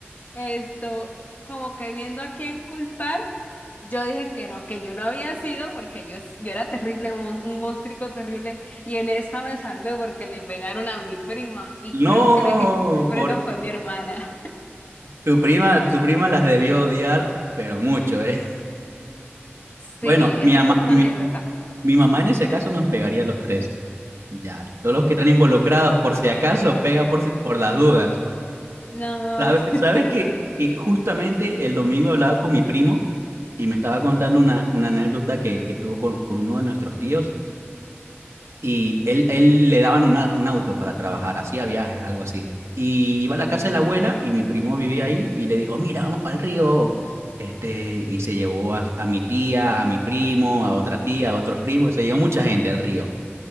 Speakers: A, on the left (about 40°); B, on the right (about 85°).
A: Esto, como que viendo a quién culpar, yo dije que no, que yo no había sido, porque yo, yo era terrible, mon- un monstruo terrible, y en esa me salvé porque le pegaron a mi prima, y
B: No,
A: creo que la que quitó el freno
B: por
A: fue mi hermana.
B: tu prima, tu prima las debió odiar, pero mucho, ¿eh? <laughs>
A: Sí,
B: Bueno,
A: esa
B: mi ama-
A: es otra
B: mi,
A: anécdota.
B: mi mamá en ese caso nos pegaría a los tres. Ya, todos los que están involucrados, por si acaso, pega por, si- por las dudas.
A: No,
B: ¿Sabes,
A: <laughs>
B: sabes que, que justamente el domingo hablaba con mi primo y me estaba contando una, una anécdota que, que tuvo con, con uno de nuestros tíos? y él, él le daban una- un auto para trabajar, hacía viajes, algo así. Y iba a la casa de la abuela y mi primo vivía ahí y le dijo, mira, vamos para el río. Este, y se llevó a, a mi tía, a mi primo, a otra tía, a otros primos, se llevó mucha gente al río.